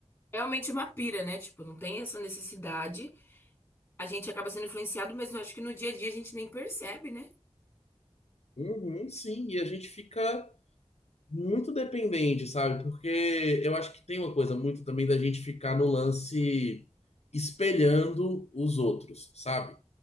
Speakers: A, on the left; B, on the left.
A: É Realmente uma pira, né? Tipo, não tem essa necessidade. A gente acaba sendo influenciado, mas eu acho que no dia a dia a gente nem percebe, né?
B: Uhum, sim, e a gente fica Muito dependente, sabe? Porque eu acho que tem uma coisa muito também da gente ficar no lance espelhando os outros, sabe?